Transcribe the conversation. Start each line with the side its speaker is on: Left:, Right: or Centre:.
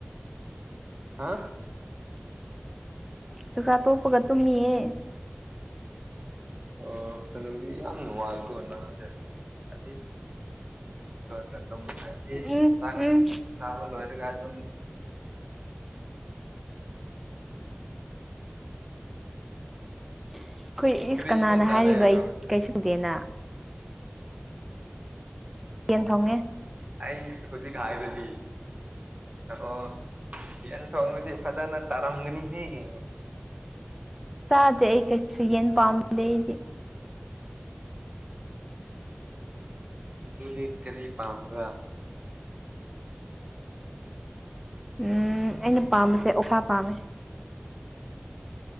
Right: ꯍꯥ
Centre: ꯆꯥꯛꯆꯥ ꯇꯣꯛꯄꯒ ꯇꯨꯝꯃꯤꯌꯦ
Right: ꯑꯣ ꯑꯗꯨꯕꯨꯗꯤ ꯌꯥꯝ ꯅꯨꯡꯉꯥꯏꯗ ꯅꯟꯖ ꯀꯁ ꯆꯦ
Centre: ꯎꯝ
Right: ꯆ
Centre: ꯎꯝ
Right: ꯆ ꯂꯣꯏꯔꯒꯗ
Centre: ꯑꯩꯈꯣꯏ ꯏꯁ
Right: ꯀꯔꯤ
Centre: ꯀꯅꯥꯅ
Right: ꯏꯟꯁꯥꯡ ꯆꯥꯔꯦ
Centre: ꯍꯥꯏꯔꯤꯕ
Right: ꯑꯗꯣ
Centre: ꯑꯩ ꯀꯩꯁꯨꯗꯦꯅ ꯌꯦꯦꯟ ꯐꯪꯉꯦ
Right: ꯑ ꯍꯧꯖꯤꯛ ꯍꯥꯏꯔꯤꯕꯗꯤ ꯑꯣ ꯌꯦꯟ ꯊꯣꯡꯕꯗꯤ ꯐꯖꯅ ꯆꯥꯔꯝꯒꯅꯤꯍꯦ
Centre: ꯆꯥꯗꯦ ꯑꯩ ꯀꯩꯁꯨ ꯌꯦꯟ ꯄꯥꯝꯗꯦ ꯑꯩꯗꯤ
Right: ꯑꯗꯨꯗꯤ ꯀꯔꯤ ꯄꯥꯝꯒ
Centre: ꯎꯝ ꯑꯩꯅ ꯄꯥꯝꯕꯁꯦ ꯑꯣꯁꯥ ꯄꯥꯝꯃꯦ